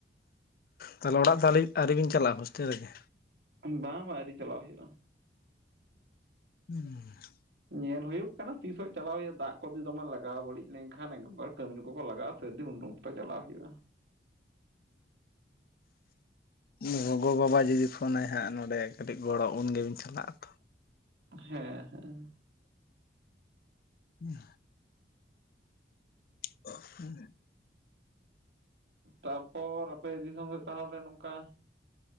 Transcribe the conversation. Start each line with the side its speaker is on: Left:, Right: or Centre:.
Left: ᱛᱟᱞᱮ ᱚᱲᱟᱜ ᱫᱚ ᱟᱹᱲᱤ ᱟᱹᱣᱨᱤ ᱵᱤᱱ ᱪᱟᱞᱟᱜᱼᱟ ᱦᱳᱥᱴᱮᱞ ᱨᱮᱜᱮ?
Right: ᱵᱟᱝ ᱵᱟᱝ ᱟᱹᱣᱨᱤ ᱪᱟᱞᱟᱣ ᱦᱩᱭᱩᱜ-ᱟ᱾
Left: ᱦᱩᱸ
Right: ᱧᱮᱞ ᱦᱩᱭᱩᱜ ᱠᱟᱱᱟ ᱛᱤᱥᱚᱜ ᱪᱟᱞᱟᱣ ᱦᱩᱭᱩᱜᱼᱟ ᱫᱟᱜ ᱠᱚ ᱫᱚᱢᱮ ᱞᱟᱜᱟᱣ ᱵᱟᱹᱲᱤᱡ ᱞᱮᱱ ᱠᱷᱟᱱ ᱮᱠᱵᱟᱨ ᱠᱟᱹᱢᱤ ᱠᱚᱠᱚ ᱞᱟᱜᱟᱜᱼᱟ ᱥᱟᱹᱨᱫᱤ ᱩᱰᱩᱝ ᱛᱚ ᱪᱟᱞᱟᱣ ᱦᱩᱭᱩᱜᱼᱟ
Left: ᱦᱩᱸ <inaudible> ᱜᱚᱜᱚ ᱵᱟᱵᱟ ᱡᱩᱫᱤ ᱯᱷᱳᱱᱟᱭ ᱦᱟᱸᱜ ᱱᱚᱸᱰᱮ ᱠᱟᱹᱴᱤᱡ ᱜᱚᱲᱚ ᱩᱱ ᱜᱮᱵᱤᱱ ᱪᱟᱞᱟᱜᱼᱟ ᱛᱚ᱾
Right: ᱦᱮᱸ ᱦᱮᱸ
Left: ᱦᱮᱸ ᱚ, ᱦᱩᱸ
Right: ᱛᱟᱯᱚᱨ ᱟᱯᱮ ᱫᱤᱥᱚᱢ ᱨᱮ ᱛᱟᱦᱚᱞᱮ ᱱᱚᱝᱠᱟ